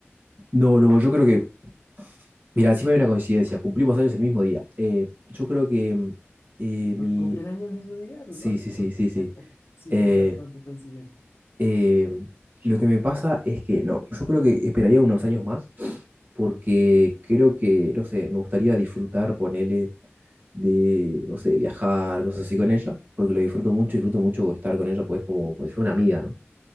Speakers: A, on the right; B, on the left.
A: No, no, yo creo que, mira, encima hay una coincidencia, cumplimos años el mismo día. Eh, yo creo que mm, eh, mi,
B: ¿Cumplen año el mismo día los
A: Sí,
B: dos?
A: sí, sí,
B: <laughs>
A: sí, sí.
B: Sí,
A: Eh,
B: es bastante coincidente.
A: eh, lo que me pasa es que, no, yo creo que esperaría unos años más, porque creo que, no sé, me gustaría disfrutar, ponele, de, no sé, viajar, cosas así con ella, porque lo disfruto mucho, disfruto mucho estar con ella, pues como, como si fuera una amiga, ¿no?